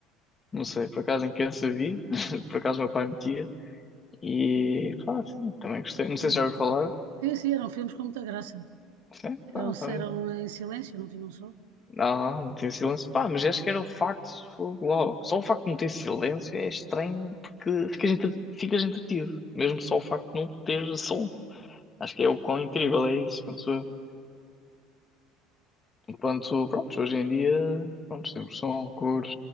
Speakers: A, on the left; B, on the right.
A: não sei, por acaso em criança vi, <laughs> por acaso meu pai metia. E, pá, sim, também gostei. Não sei
B: É.
A: se já ouviu falar.
B: Sim, sim, eram filmes com muita graça.
A: Sim,
B: Eram,
A: pá, olha.
B: eram em silêncio, não tinham som.
A: Não, não tinha silêncio. Pá, mas acho que era o facto, fogo, uau. Só o facto de não ter silêncio é estranho porque ficas, entre- ficas entretido, mesmo só o facto de não ter som. Acho que é o quão incrível é isso, penso eu. Enquanto, pronto, hoje em dia, pronto, temos som, cores,